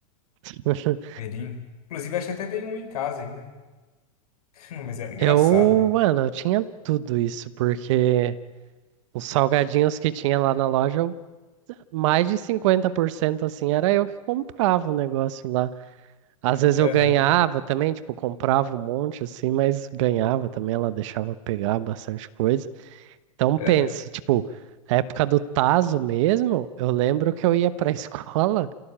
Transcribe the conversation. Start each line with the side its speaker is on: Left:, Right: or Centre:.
Right: <laughs>
Left: verinho Inclusive, acho que até tem um em casa ainda. <laughs> Mas era engraçado,
Right: Eu,
Left: velho.
Right: mano, eu tinha tudo isso, porque os salgadinhos que tinha lá na loja, eu- mais de 50% assim, era eu que comprava o negócio lá. Às vezes
Left: Aham,
Right: eu ganhava também, tipo, comprava um monte assim, mas ganhava também, ela deixava pegar bastante coisa. Então
Left: aham.
Right: pense, tipo, na época do tazo mesmo, eu lembro que eu ia pra <laughs> escola